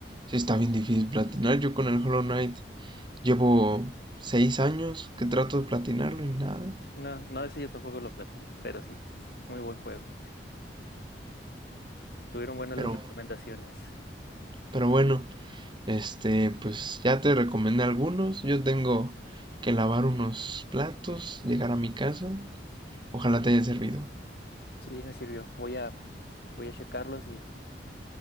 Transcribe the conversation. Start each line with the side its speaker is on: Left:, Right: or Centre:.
Right: sí está bien difícil platinar. Yo con el Hollow Knight llevo seis años que trato de platinarlo y nada.
Left: No, no, ese yo tampoco lo platiné, pero sí, sí, es muy buen juego. Tuvieron buenas
Right: Pero,
Left: las recomendaciones.
Right: pero bueno, este, pues ya te recomendé algunos. Yo tengo que lavar unos platos, llegar a mi casa. Ojalá te haya servido.
Left: Sí, me sirvió. Voy a, voy a checarlos y,